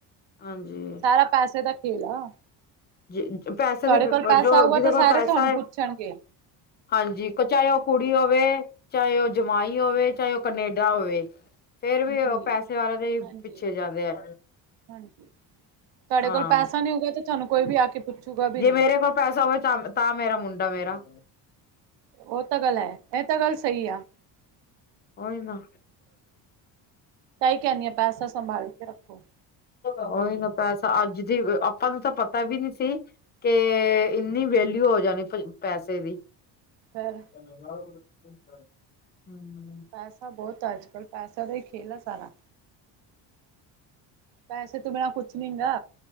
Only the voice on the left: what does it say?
ਹਾਂਜੀ।
ਜੇ, ਪੈਸੇ
ਦੇ,
ਜੋ,
ਜੀਦੇ
ਕੋਲ
ਪੈਸਾ
ਏ। ਹਾਂਜੀ, ਚਾਹੇ ਓ ਕੁੜੀ ਹੋਵੇ, ਚਾਹੇ ਓ ਜਮਾਈ ਹੋਵੇ, ਚਾਹੇ ਓ ਮੁੰਡਾ ਹੋਵੇ, ਫੇਰ ਵੀ
ਉਹ ਪੈਸੇ ਵਾਲੇ ਦੇ ਹੀ
ਪਿੱਛੇ ਜਾਂਦੇ ਆ
ਹਾਂ
ਜੇ
ਮੇਰੇ ਕੋਲ ਪੈਸਾ ਹੋਵੇ ਤਾਂ ਤਾਂ ਮੇਰਾ ਮੁੰਡਾ ਮੇਰਾ
ਉਹੀ ਨਾ
ਉਹੀ ਨਾ ਪੈਸਾ ਅੱਜ ਦੀ ਆਪਾਂ ਨੂੰ ਤਾਂ ਪਤਾ ਵੀ ਨੀ ਸੀ ਕੇ ਇੰਨੀ ਵੇਲਿਊ ਹੋ ਜਾਣੀ ਪੈਸੇ ਦੀ
ਹੂੰ